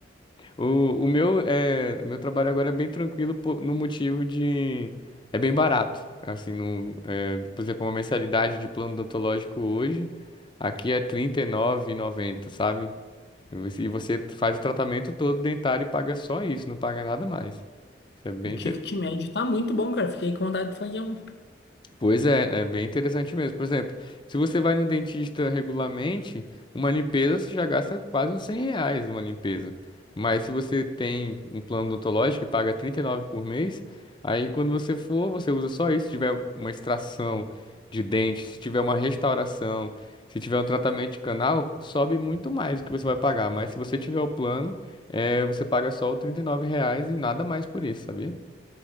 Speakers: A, on the left; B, on the left.
A: O, o meu, é... o meu trabalho agora é bem tranquilo po- no motivo de. É bem barato. Assim, no... é, por exemplo, uma mensalidade de plano odontológico hoje, aqui é R$ trinta e nove e noventa, sabe? E você faz o tratamento todo dentário e paga só isso, não paga nada mais. Isso é bem
B: O ticket médio tá muito bom, cara. Fiquei com vontade de fazer um.
A: Pois é, é bem interessante mesmo. Por exemplo, se você vai no dentista regularmente, uma limpeza você já gasta quase uns 100 reais uma limpeza. Mas se você tem um plano odontológico que paga 39 por mês, aí quando você for, você usa só isso. Se tiver uma extração de dente, se tiver uma restauração, se tiver um tratamento de canal, sobe muito mais o que você vai pagar. Mas se você tiver o plano, eh, você paga só o 39 reais e nada mais por isso, sabia?